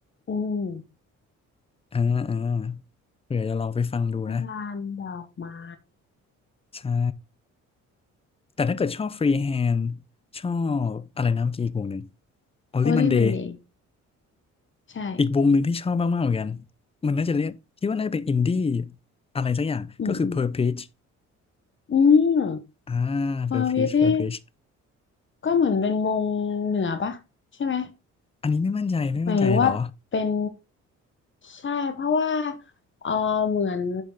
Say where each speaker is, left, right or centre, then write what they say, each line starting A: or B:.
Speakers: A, on the left; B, on the left.
A: อืม
B: อ่าอ่าเผื่อจะลองไปฟังดูนะ
A: ลานดอกไม้
B: ใช่แต่ถ้าเกิดชอบฟรีแฮนด์ชอบอะไรนะเมื่อกี้อีกวงหนึ่ง Only
A: โอเล่มันดี
B: Monday
A: ใช่
B: อีกวงหนึ่งที่ชอบมากๆเหมือนกัน มันน่าจะเรียกคิดว่าน่าจะเป็นอินดี้อะไรสักอย่างก็คือ
A: อืมอืม
B: Purplish
A: อืม
B: อ่า
A: เปอร์พีนี่
B: Purplish Purplish
A: ก็เหมือนเป็นวงเหนือปะใช่ไหม
B: อันนี้ไม่มั่นใจไม่มั่นใจเหรอ
A: หมายถึงว่าเป็น ใช่เพราะว่าเออเหมือน